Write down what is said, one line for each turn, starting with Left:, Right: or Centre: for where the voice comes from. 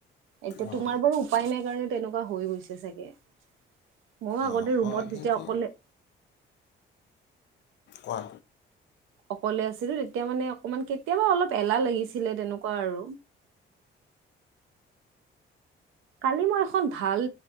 Right: এতিয়া
Left: অঁ
Right: তোমাৰ বাৰু উপায় নাই কাৰণে তেনেকুৱা হৈ গৈছে চাগে ময়ো আগতে
Left: অঁ
Right: ৰুমত
Left: হয় কিন্তু
Right: যেতিয়া অকলে
Left: কোৱা
Right: অকলে আছিলো তেতিয়া মানে অকমান কেতিয়াবা অলপ এলাহ লাগিছিলে তেনেকুৱা আৰু কালি মই এখন ভাল